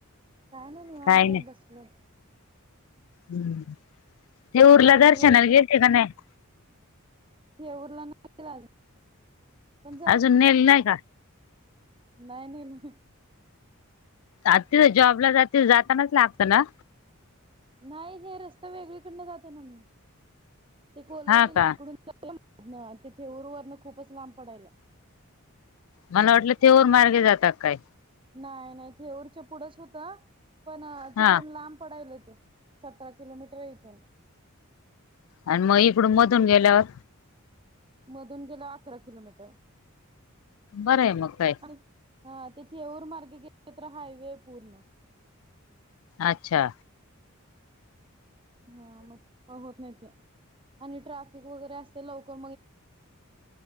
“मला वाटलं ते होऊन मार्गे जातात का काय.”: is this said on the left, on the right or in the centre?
Left